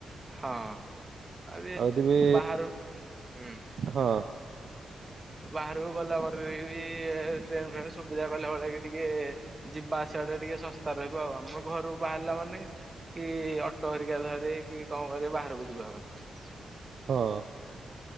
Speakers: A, on the right (about 25°); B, on the right (about 65°).
A: ହଁ ଆଉ
B: ଯଦି ବି
A: ବାହାରୁ ହୁଁ।
B: ହଁ।
A: ବାହାରକୁ ଗଲା ପରେ ବି ଟ୍ରେନ ଫ୍ରେନ ସୁବିଧା କଲା ଭଳି କି ଟିକେ ଯିବା ଆସିବା ଟା ଟିକେ ଶସ୍ତା ରହିବ ଆଉ ଆମର ଘରୁ ବାହାରିଲା ମାନେ କି ଅଟୋ ହେରିକା ଧରେ କି କଣ କରି ବାହାରକୁ ଯିବା ପାଇଁ।
B: ହଁ।